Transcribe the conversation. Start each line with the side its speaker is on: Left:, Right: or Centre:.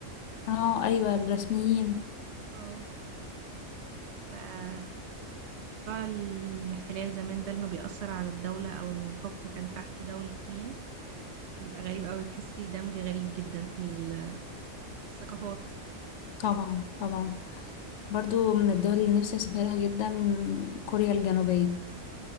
Left: اه ايوه الرسميين
Right: اه فموضوع الاحتلال زمان ده انه بيأثر على الدولة او ان الحكم كان تحت دولة مين بيبقى غريب قوي تحسي دمج غريب جدا في ال- في الثقافات
Left: طبعا طبعا برضو من الدول اللي نفسي اسافرها جدا كوريا الجنوبية